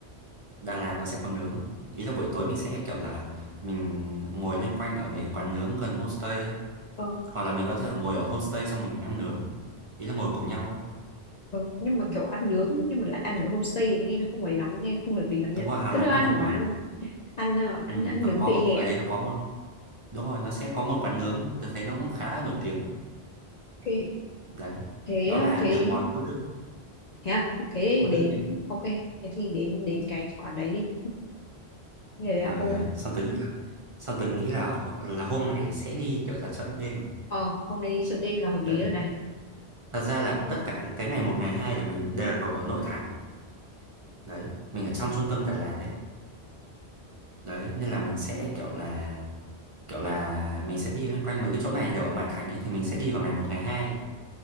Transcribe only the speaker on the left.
ờ
ừ. nhưng mà kiểu ăn nướng nhưng mà lại ăn ở homestay thì nghe nó không ấy lắm nghe không hợp lý lắm
nha
cứ
đưa
ăn
ở
ngoài luôn ăn à, ăn
ăn
nướng
vỉa hè
à?
ok thế
thế
thế à thế
thì đến
ok thế thì đến đến cái quán đấy đi Thế là
hôm
ờ hôm nay đi chợ đêm là hợp lý
rồi này
Đấy,